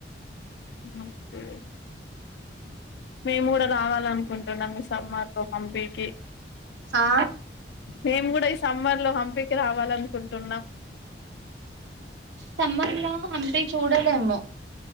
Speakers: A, on the left; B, on the right.
A: ఊ ఒకే. మేము గూడా రావాలనుకుం. టునం సమ్మర్లో హంపికి.
B: ఆ
A: మేము గూడా ఇస్. సమ్మర్లో హంపికి రావాలనుకుంటున్నాం.
B: సమ్మర్లో హంపి చూడలెమ్ము.